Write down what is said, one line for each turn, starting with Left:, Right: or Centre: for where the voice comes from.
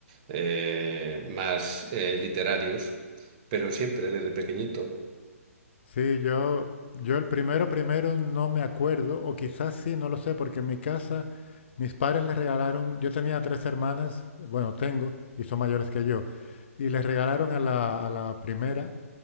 Right: eh, más eh, literarios, pero siempre desde pequeñito.
Left: Sí, yo, yo el primero, primero no me acuerdo, o quizás sí, no lo sé, porque en mi casa mis padres les regalaron, yo tenía tres hermanas, bueno, tengo, y son mayores que yo, y les regalaron a la, a la primera,